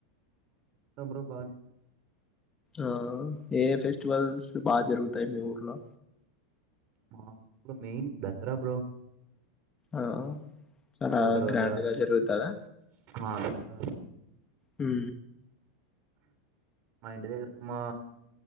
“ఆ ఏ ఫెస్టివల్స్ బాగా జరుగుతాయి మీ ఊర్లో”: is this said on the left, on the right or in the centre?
Left